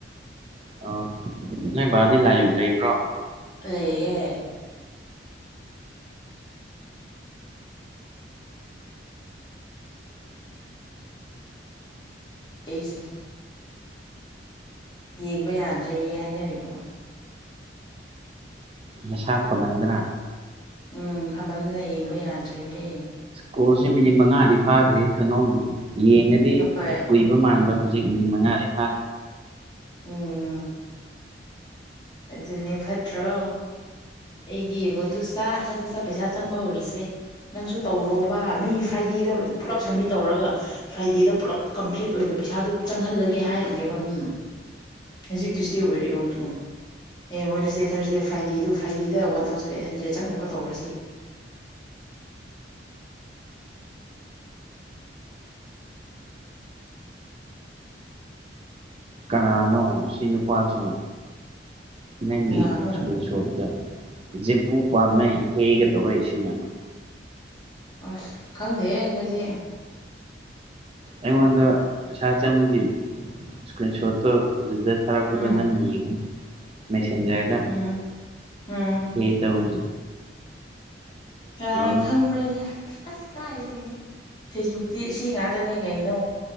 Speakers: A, on the right (about 30°); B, on the left (about 25°).
A: ꯑꯣ ꯅꯣꯏ ꯕꯥꯗꯤ ꯂꯩꯕ꯭ꯔꯣ
B: ꯑꯦꯌꯦ ꯑꯩꯁꯦ ꯌꯦꯡꯕ ꯌꯥꯗ꯭ꯔꯦ ꯍꯥꯏꯅꯔꯤꯕ
A: ꯃꯁꯥ ꯐꯥꯃꯟꯗꯅ
B: ꯎꯝ ꯐꯃꯟꯗꯅ ꯌꯦꯡꯕ ꯌꯥꯗ꯭ꯔꯤꯌꯦ꯫
A: ꯀꯣꯜꯁꯦ ꯃꯤꯅꯤꯠ ꯃꯉꯥꯗꯤ ꯐꯥꯈ꯭ꯔꯦ ꯍꯦ ꯈꯪꯍꯧꯗꯦ꯫ ꯌꯦꯡꯉꯗꯤ
B: ꯍꯣꯏ
A: ꯀꯨꯏꯕ ꯃꯥꯟꯕ ꯍꯧꯖꯤꯛ ꯃꯤꯠ ꯃꯉꯥꯗꯤ ꯐꯥꯏ
B: ꯎꯝ ꯑꯗꯨꯅꯦ ꯐꯠꯇ꯭ꯔꯣ ꯑꯩꯗꯤ ꯌꯦꯡꯉꯣꯗꯨ ꯁꯠ ꯁꯠ ꯁꯠ ꯁꯠ ꯄꯩꯁꯥ ꯆꯪꯕ ꯍꯧꯔꯤꯁꯦ ꯅꯪꯁꯨ ꯇꯧꯔꯣꯕ ꯃꯤ ꯐ꯭ꯔꯥꯏꯗꯦꯗ ꯄꯨꯜꯂꯞ ꯁꯝꯃꯤꯠ ꯇꯧꯔꯒ ꯐ꯭ꯔꯥꯏꯗꯦꯗ ꯄꯨꯜꯂꯞ ꯀꯝꯄ꯭ꯂꯤꯠ ꯑꯣꯏꯅ ꯄꯩꯁꯥꯗꯨ ꯆꯪꯍꯜꯂꯒꯦ ꯍꯥꯏꯔꯤꯅꯦꯕ ꯃꯤ ꯍꯧꯖꯤꯛ ꯇ꯭ꯨꯁꯗꯦ ꯑꯣꯏꯔꯦ ꯌꯦꯡꯉꯣꯗꯨ ꯍꯌꯦꯡ ꯋꯦꯁꯗꯦ ꯊ꯭ꯔꯁꯗꯦ ꯐ꯭ꯔꯥꯏꯗꯦꯗꯨ ꯐ꯭ꯔꯥꯏꯗꯦꯗ ꯋꯥꯟ ꯊꯥꯎꯖꯟ ꯑꯩꯠ ꯍꯟꯗ꯭ꯔꯦꯗ ꯆꯪꯅꯕ ꯇꯧꯔꯁꯦ꯫
A: ꯀꯅꯥꯅꯣ ꯁꯤ ꯅꯨꯄꯥꯁꯤ꯫ ꯅꯪꯒꯤ
B: ꯀꯅꯥꯅꯣ
A: ꯁꯀꯔ꯭ꯤꯟꯁꯣꯠ ꯇ ꯖꯦꯜꯄꯨ ꯄꯥꯜꯃꯩ <unintelligible>
B: ꯑꯁ ꯈꯪꯗꯦꯍꯦ ꯑꯩꯈꯣꯏꯗꯤ
A: ꯑꯩꯉꯣꯟꯗ ꯄꯩꯁꯥ ꯆꯪꯕꯒꯤ ꯏꯁꯀ꯭ꯔꯤꯟ ꯁꯣꯠ ꯎꯝ ꯑꯗꯨ ꯑꯗꯨ ꯊꯔꯛꯄꯗ
B: ꯎꯝ
A: ꯅꯪ ꯌꯦꯡꯉꯨ꯫ ꯃꯦꯁꯤꯟꯖ꯭ꯔꯗ
B: ꯎꯝ ꯎꯝ
A: ꯄꯦ ꯇꯧꯏ꯫
B: ꯀꯅꯥꯅ
A: ꯅꯪ
B: ꯈꯪꯕ꯭ꯔꯅ ꯑꯁ ꯀꯥꯏꯗꯒꯤꯅꯣ ꯐꯦꯁꯕꯨꯛꯇꯤ ꯑꯁꯤ ꯉꯥꯛꯇꯅꯦ ꯀꯩꯅꯣ